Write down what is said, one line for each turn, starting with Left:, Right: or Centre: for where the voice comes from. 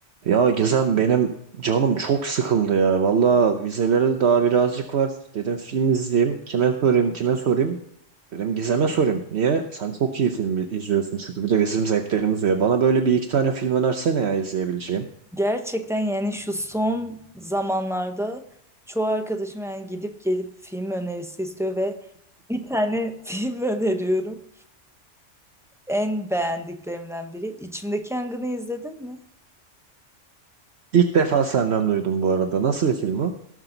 Right: Ya Gizem benim canım çok sıkıldı ya. Valla vizelere daha birazcık var. Dedim film izleyeyim. Kime sorayım, kime sorayım? Dedim Gizem'e sorayım. Niye? Sen çok iyi film izliyorsun çünkü bir de bizim zevklerimiz var. Bana böyle bir iki tane film önersene ya izleyebileceğim.
Centre: Gerçekten yani şu son zamanlarda çoğu arkadaşım yani gidip gelip film önerisi istiyor ve bir tane <laughs> film öneriyorum. En beğendiklerimden biri. İçimdeki Yangın'ı izledin mi?
Right: İlk defa senden duydum bu arada. Nasıl bir film o?